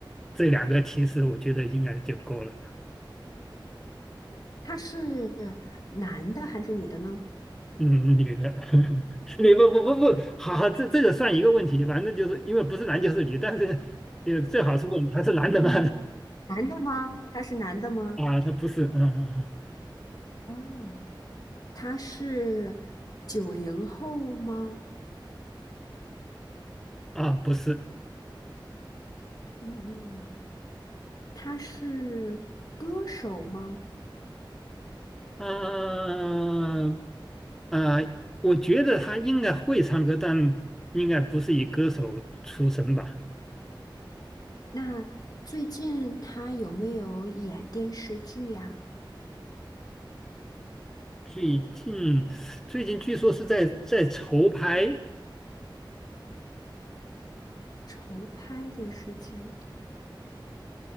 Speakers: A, in the centre; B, on the left.
A: 这两个提示我觉得应该就够了。
B: 他是男的还是女的呢？
A: 嗯，女的，<laughs> 你不不不不，好好，这这个算一个问题，反正就是因为不是男就是女，但是也最好是问他是男的吗？
B: 女男的吗？他是男的吗？
A: <laughs> 啊，他不是，嗯嗯嗯，
B: 哦，他是九零后吗？
A: 啊，不是，
B: 嗯，嗯他是歌手吗？
A: 啊啊，我觉得他应该会唱歌，但应该不是以歌手出身吧。
B: 那最近他有没有演电视剧呀？
A: 最近最近据说是在在筹拍
B: 筹拍电视剧。